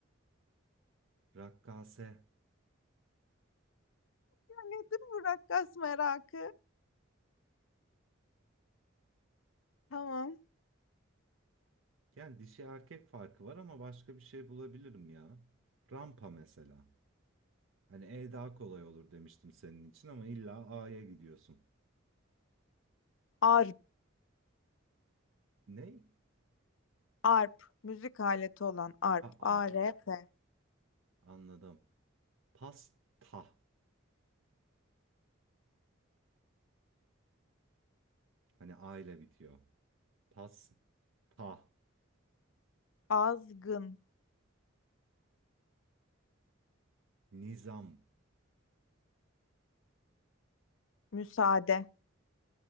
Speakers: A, on the right (about 75°); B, on the left (about 70°).
A: rakkase.
B: Nedir bu rakkas merakı? Tamam.
A: Yani dişi erkek farkı var ama başka bir şey bulabilirim ya. Rampa mesela. Hani E daha kolay olur demiştim senin için ama illa A'ya gidiyorsun.
B: Arp,
A: Ney?
B: arp, müzik aleti olan arp,
A: Ha
B: A-R-P.
A: arp. Anladım. Pasta. Hani A ile bitiyor. Pas. Ta.
B: Azgın,
A: Nizam.
B: müsaade.